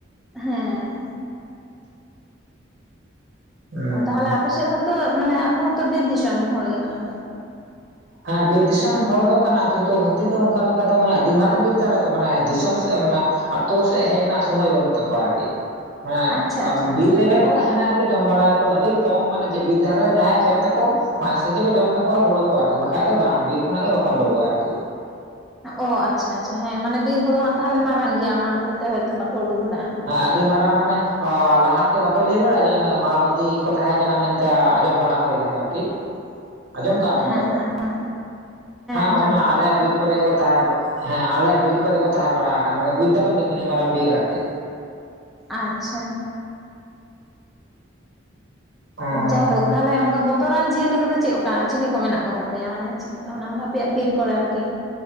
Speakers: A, in the centre; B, on the right.
A: ᱦᱮᱸ
B: ᱦᱩᱸ
A: ᱛᱟᱦᱚᱞᱮ ᱟᱯᱮ ᱥᱮᱫ ᱦᱚᱸᱛᱚ ᱢᱟᱱᱮ ᱟᱯᱮ ᱦᱚᱸᱛᱚ ᱵᱤᱨ ᱫᱤᱥᱚᱢ ᱦᱚᱲ ᱜᱮ ᱠᱟᱱᱟ ᱯᱮ?
B: ᱦᱮᱸ ᱵᱤᱨ ᱫᱤᱥᱚᱢ ᱦᱚᱲ ᱫᱚ ᱠᱟᱱᱟ ᱠᱤᱱᱛᱩ ᱦᱟᱹᱛᱤ ᱫᱚ ᱚᱱᱠᱟ ᱞᱮᱠᱟ ᱫᱚ ᱢᱟᱱᱮ ᱟᱹᱰᱤ ᱢᱟᱨᱟᱝ ᱵᱤᱨ ᱛᱟᱞᱮ ᱛᱚ ᱢᱟᱱᱮ ᱫᱤᱥᱚᱢ ᱥᱮᱫ ᱟᱛᱳ ᱥᱮᱫ ᱦᱮᱡ ᱨᱮᱱᱟᱜ ᱥᱚᱢᱚᱭ ᱵᱟᱹᱱᱩᱜ ᱛᱟᱠᱚᱣᱟ ᱟᱨᱠᱤ᱾ ᱢᱟᱱᱮ
A: ᱟᱪᱪᱷᱟ ᱟᱪᱪᱷᱟ
B: ᱵᱤᱨ
A: ᱟᱪᱪᱷᱟ
B: ᱨᱮᱜᱮ
A: ᱦᱮᱸ
B: ᱠᱚ ᱛᱟᱦᱮᱱᱟ ᱟᱨᱠᱤ ᱡᱚᱢ ᱵᱟᱲᱟᱠᱚ ᱟᱹᱰᱤ ᱠᱚᱢ ᱢᱟᱱᱮ ᱡᱮ ᱵᱤᱨ ᱫᱷᱟᱨᱮ ᱨᱮ ᱡᱟᱦᱟᱸᱭ ᱠᱷᱮᱛ ᱛᱟᱠᱚ ᱥᱟᱡᱮ ᱠᱚ ᱡᱚᱢ ᱛᱟᱠᱚᱣᱟ ᱦᱳᱲᱩ ᱠᱚ ᱟᱨᱠᱤ᱾ ᱵᱟᱠᱷᱟᱡ ᱫᱚ ᱵᱟᱝ ᱵᱤᱨ ᱠᱷᱚᱱᱟᱜ ᱜᱮ ᱵᱟᱠᱚ ᱩᱰᱠᱚᱜᱼᱟ ᱟᱨᱠᱤ᱾
A: ᱚ ᱟᱪᱪᱷᱟ ᱟᱪᱪᱷᱟ ᱦᱮᱸ ᱢᱟᱱᱮ ᱵᱤᱨ ᱠᱚᱫᱚ ᱦᱟᱜ ᱛᱟᱦᱚᱞᱮ ᱢᱟᱨᱟᱝ ᱜᱮᱭᱟ ᱚᱱᱟᱚᱛᱮ ᱛᱮ ᱦᱭᱛᱳ ᱵᱟᱠᱚ ᱩᱰᱩᱠ ᱵᱟᱲᱟᱜᱼᱟ᱾
B: ᱟᱹᱰᱤ ᱢᱟᱨᱟᱝ ᱢᱟᱱᱮ ᱞᱟᱦᱟᱛᱮ ᱵᱟᱠᱚ ᱞᱟᱹᱭ ᱵᱟᱲᱟᱭᱼᱟ ᱡᱮ ᱢᱟᱵᱟᱫᱤ ᱠᱚ ᱛᱟᱦᱮᱸ ᱠᱟᱱᱟ ᱢᱮᱱᱛᱮ, ᱟᱸᱡᱚᱢ ᱵᱟᱲᱟ ᱦᱩᱭ ᱟᱠᱟᱱᱟ ᱟᱨᱠᱤ᱾ ᱟᱸᱡᱚᱢ ᱠᱟᱜᱼᱟ ᱵᱮᱱ
A: ᱦᱮᱸ
B: ᱛᱚ,
A: ᱦᱮᱸ ᱦᱮᱸ
B: ᱦᱮᱸ
A: ᱟᱸᱡᱚᱢ
B: ᱚᱱᱟ
A: ᱫᱟᱞᱤᱧ
B: ᱟᱞᱮᱭᱟ ᱵᱤᱨ ᱠᱚᱨᱮ ᱠᱚ ᱛᱟᱦᱮᱸ ᱦᱮᱸ ᱟᱞᱮᱭᱟᱜ ᱵᱤᱨ ᱠᱚᱨᱮ ᱠᱚ ᱛᱟᱦᱮᱸ ᱵᱟᱲᱟ ᱟᱠᱟᱱᱟ ᱵᱩᱡ ᱫᱟᱵᱮᱱ ᱛᱚ ᱛᱤᱱᱟᱹᱜ ᱢᱟᱨᱟᱝ ᱵᱤᱨ ᱟᱨᱠᱤ᱾
A: ᱟᱪᱪᱷᱟ
B: ᱚᱸ
A: ᱡᱟᱭᱦᱳᱠ ᱛᱟᱦᱮ ᱚᱱᱠᱟ ᱵᱚᱛᱚᱨᱟᱱ ᱡᱤᱭᱟᱹᱞᱤ ᱠᱚᱫᱚ ᱪᱮᱫᱠᱟ ᱪᱤ ᱠᱚ ᱢᱮᱱᱟᱜ ᱠᱚ ᱛᱟᱯᱮᱭᱟ ᱢᱟᱱᱮ ᱚᱱᱟ ᱟᱯᱮᱭᱟᱜ ᱵᱤᱨᱲ ᱠᱚᱨᱮ ᱟᱨᱠᱤ?